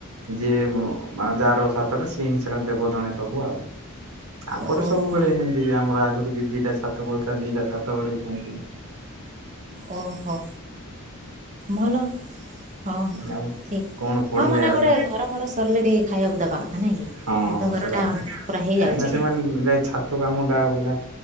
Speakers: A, on the right; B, on the right.
A: ଯିଏ ମାନେ ଯାହାର ସାତଟା ସିଏ ହିଁ ସେଟା ଦେବ ଜଣେ ସବୁ ଆଉ। ଆମ
B: ଓହୋ
A: ପରେ ସବୁବେଳେ ହେମନ୍ତି ଆମର ଆଗରୁ ଦିଟା ଛାତ ପଡିଥିଲା ଦିଟା ଛାତ ବଳୁଥା ଦିଟା ସାତ ବଳିଛନ୍ତି।
B: ଓହୋ ଭଲ। ହଁ ହଁ ହଁ
A: ଆଉ
B: ଠିକ
A: କଣ ପଢିଲେ
B: ହଁ ମାନେ
A: ଆଜି
B: ଗୋଟେ ଘର ଫର ସରିଲେ ଟିକେ ଖାଇବାକୁ ଦବା କଥା ନାଇଁ କି
A: ହଁ
B: ଯେହେତୁ ଘର
A: ସେଟା
B: ଟା
A: ତ
B: ପୁରା ହେଇଯାଉଛି
A: କାହିଁକି ସେମାନେ
B: ନା।
A: ଛାତ କାମ ଟା ପୁରା